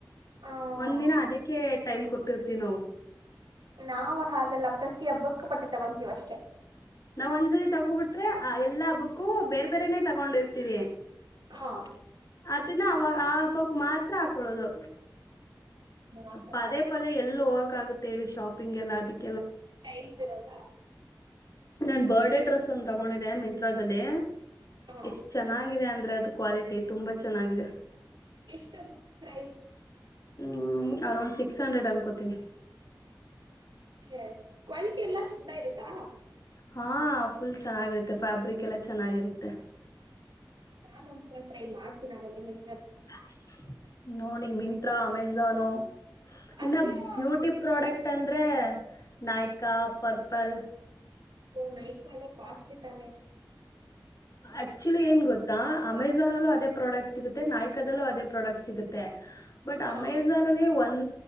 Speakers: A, on the right; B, on the left.
A: ಹ್ಮ
B: ಒಂದಿನ ಅತ್ ಎ ಟೈಮ್ ಕೊಟ್ಟಿರ್ತಿವ್ ನಾವು.
A: ನಾವ್ ಹಾಗಲ್ಲ ಪ್ರತಿ ಹಬ್ಬಕ್ಕೂ ಬಟ್ಟೆ ತಗೊಂತೀವ್ ಅಷ್ಟೇ.
B: ನಾವ್ ಒಂದ್ ಸತಿ ತಗೋಬಿಟ್ರೆ ಆ ಎಲ್ಲಾ ಹಬ್ಬಕ್ಕೂ ಬೇರ್ ಬೇರನೆ ತಗೊಂಡಿರ್ತೀರಿ.
A: ಹಾ
B: ಅದನ್ನ ಅವ ಆ ಬಕ್ ಮಾತ್ರ ಹಾಕೊಳೋದು.
A: ಆತರ
B: ಪದೇ ಪದೇ ಎಲ್ಲೊಗಾಕ್ ಕಾಗುತ್ ಹೇಳಿ ಶಾಪಿಂಗ್ ಎಲ್ಲ ಅದಕ್
A: ಟೈಮ್ ತಿರೊಲ್ಲ.
B: ನನ್ ಬರ್ಡೇ ಡ್ರೆಸ್ ಒನ್ ತಗೊಂಡಿದೆ ಮಿಂತ್ರಾದಲ್ಲಿ.
A: ಹಾ
B: ಎಷ್ಟ್ ಚೆನ್ನಾಗಿದೆ ಅಂದ್ ಅದ್ ಕ್ವಾಲಿಟಿ ತುಂಬಾ ಚೆನ್ನಾಗಿದೆ.
A: ಎಷ್ಟದು ಪ್ರೈಸ್.
B: ಹ್ಮ್ ಅರೌಂಡ್ ಸಿಕ್ಸ್ ಹಂಡ್ರೆಡ್ ಅನ್ಕೋತೀನಿ.
A: ಹ ಕ್ವಾಲಿಟಿ ಎಲ್ಲಾ ಛಂದ ಇರುತ್ ತ.
B: ಹಾ ಫುಲ್ ಚೆನ್ನಾಗಿರುತ್ತೆ ಫ್ಯಾಬ್ರಿಕ್ ಎಲ್ಲ ಚೆನ್ನಾಗಿರುತ್ತೆ.
A: ನಾನ್ ಒಂದ್ಸಲ ಟ್ರೈ ಮಾಡ್ ತಿನ್ ಆಗದ್ರೆ ನಿಮ್
B: <unintelligible> ನೋಡಿ ಮಿಂತ್ರಾ ಅಮೆಜಾನೋ
A: ಅಜಿಯೋ
B: ಇನ್ನ ಬ್ಯೂಟಿ ಪ್ರೊಡಕ್ಟ್ ಅಂದ್ರೆ ನಾಯ್ಕಾ ಪರ್ಪಲ್
A: ಹ ನೈಟ್ ಮೇಲ್ಲ ಕಾಸ್ಟ್ಲಿ ತಾನೆ
B: ಆಕ್ಚುಲಿ ಏನ್ ಗೊತ್ತಾ ಅಮೆಝನ್ ಅಲ್ಲೂ ಅದೇ ಪ್ರಾಡಕ್ಟ್ ಸಿಗುತ್ತೆ ನಾಯ್ಕದಲ್ಲೂ ಅದೇ ಪ್ರಾಡಕ್ಟ್ ಸಿಗುತ್ತೆ ಬಟ್
A: ಹಾ
B: ಅಮೆಜಾನ್ ಅಲ್ಲಿ ಒನ್